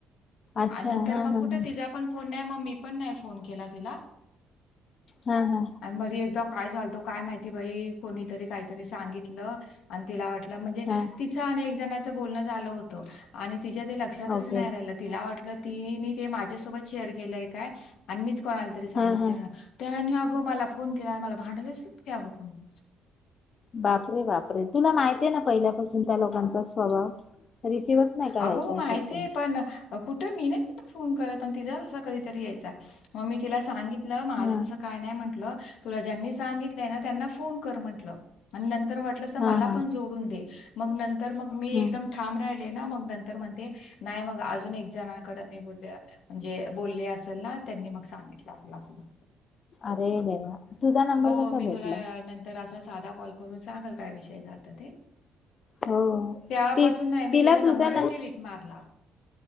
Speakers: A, on the left; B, on the left.
A: अच्छा
B: आण
A: हा
B: म
A: हा
B: कुठे
A: हा
B: तिचा फोन नाय मग मी पण फोन नाही केला
A: हा हा
B: <unintelligible> काय चालतो काय माहिती बाई कोणीतरी काहीतरी सांगितलं आणि तिला वाटल म्हणजे
A: हा
B: तिचा आणि एक जणांचं बोलणं झालं होतं आणि तिच्या ते लक्षातच
A: ओके
B: नाही राहिलं तिला वाटलं तिने ते माझ्यासोबत शेअर केलं काय आणि मीच कोणाला तरी सांगितले
A: हा हा
B: <unintelligible> अगं मला फोन केला मला भांडलली स्पकेगं फोनवर.
A: बापरे बापरे तुला माहित आहेे ना पहिल्यापासून त्या लोकांचा स्वभाव? रिसिव्हच नाही करायचे
B: अगो माहिती
A: अशे फोन
B: आहे पण कुठे मी नाही तिला फोन करत पण तिचा अस कधीतरी यायचा मग मी तिला सांगित <unintelligible> ना माझं
A: हा
B: तास का नाही म्हटलं तु ज्यांनी सांगितलंय त्यांना फोन कर म्हटल. तर
A: हा
B: मला
A: हा
B: पण जोडून दे मग नंतर मग मी
A: हम्म
B: एकदम ठाम राहील. मग नंतर म्हणते नाही मग अजून एक जणकडे मी बोलले म्हणजे बोलले असेल ना त्यांनी मग सांगितलं असेल असं झालं.
A: अरे देवा तुझा नंबर
B: हो
A: कसा
B: मी
A: भेटला
B: तुला नंतर असा साधा कॉल करून सांगल काय विषय झाला. ते.
A: हो
B: त्यापासून
A: ती
B: नाही मी
A: तिला
B: तिचा नंबर
A: तुझा
B: डिलीट मारला.